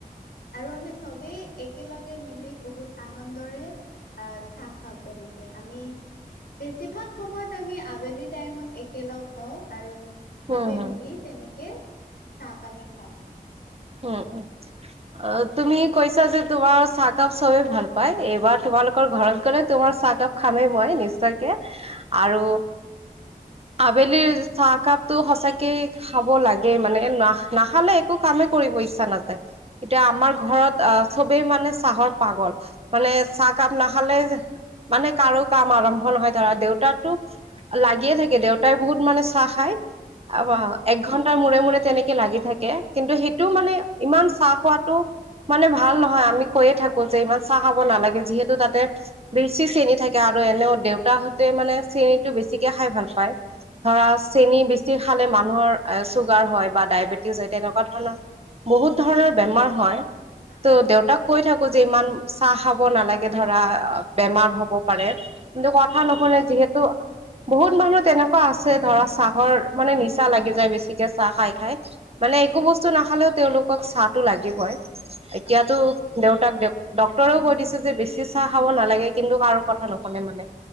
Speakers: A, on the left; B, on the right.
A: আৰু আমি চবেই একেলগে মিলি বহুত আনন্দৰে <unintelligible> আ', চাহ খাওঁ তেনেকে আমি বেছিভাগ সময়ত আমি আবেলি টাইমত একেলগ হওঁ আৰু
B: হুম
A: চবেই
B: হুম।
A: মিলি তেনেকে চাহ পানী খাওঁ।
B: উম', উম, অ', তুমি কৈছা যে তোমাৰ চাহকাপ চবেই ভাল পায়। এইবাৰ তোমালোকৰ ঘৰত গ'লে তোমাৰ চাহকাপ খামেই মই নিশ্চয়কে আৰু আবেলিৰ চাহ কাপটোৰ‌ সচাকে খাব লাগে মানে না নাখালে একো কামেই কৰিব ইচ্ছা নাযায়। এতিয়া আমাৰ ঘৰত আহ চবেই মানে চাহৰ পাগল। মানে চাহ কাপ নাখালে মানে কাৰো কাম আৰম্ভ নহয়, ধৰা দেউতাৰ টো লাগিয়ে থাকে। দেউতাই বহুত মানে চাহ খায়।
A: হয়,
B: <inaudible> এক ঘন্টাৰ মূৰে মূৰে তেনেকে লাগি থাকে। কিন্তু সেই এইটো মানে ইমান চাহ খোৱাটো মানে ভাল নহয়। আমি কৈয়ে
A: হয়,
B: থাকো
A: হয়,
B: যে ইমান চাহ খাব নালাগে। যিহেতু তাতে বেচি চেনী থাকে, আৰু এনেও দেউতাহঁতে মানে চেনীটো বেছিকে খাই ভাল পায়। ধৰা চেনি বেছি
A: হয়,
B: খালে মানুহৰ চুগাৰ হয় বা ডায়েবেটিছ হয় তেনেকুৱা ধৰণৰ বহুত ধৰণৰ বেমাৰ হয়।
A: হয়,
B: ত' দেউতাক কৈ থাকো যে ইমান চাহ খাব নালাগে, ধৰা বেমাৰ হব। পাৰে। কিন্তু কথা
A: হয়,
B: নোখোনে যিহেতু বহুত মানুহ তেনেকুৱা আছে। ধৰা চাহৰ মানে নিচা লাগি যায়। বেছিকে চাহ খাই খাই। মানে একো
A: হয়,
B: বস্তু নাখালেও তেওঁলোকক চাহটো লাগিবই,
A: হয়,
B: এতিয়াতো দেউতাক ড-ডক্তৰেও কৈ দিছে যে বেছি চাহ খাব নালাগে কিন্তু কাৰো কথা নুশুনে মানে।